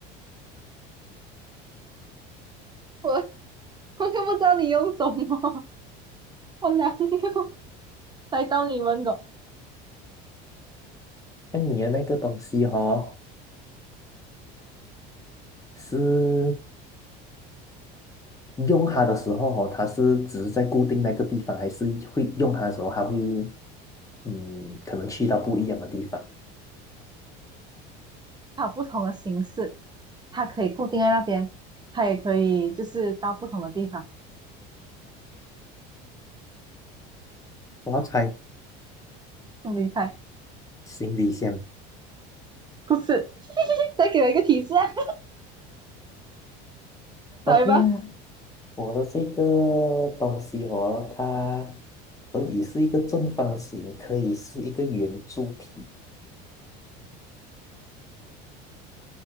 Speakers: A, on the right; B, on the left.
A: 我我又不知道你用什么，我哪里用？来到你问过，
B: 像你的那个东西哈是。用它的时候哦，它是只是在固定那个地方，还是会用它的时候，它会嗯，可能去到不一样的地方
A: 它有不同的形式，它可以固定在那边，它也可以就是到不同的地方。
B: 我要猜
A: 你猜，
B: 行李箱，
A: 不是？<laughs> 再给我一个提示啊
B: ？OK
A: 来吧，
B: 啊，我的这个东西哦，它可以是一个正方形，可以是一个圆柱体，